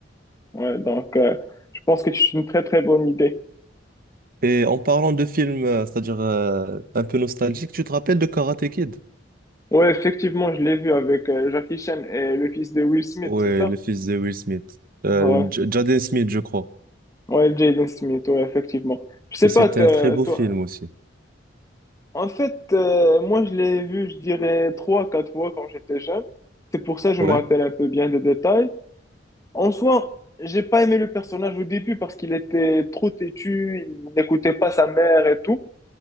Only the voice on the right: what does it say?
Et en parlant de films, euh, c'est-à-dire euh, un peu nostalgique, tu te rappelles de Karate Kid?
Ouais,
le fils de Will Smith. Euh,
J- Jaden Smith, je crois.
Et c'était
un très beau
film aussi.
Ouais.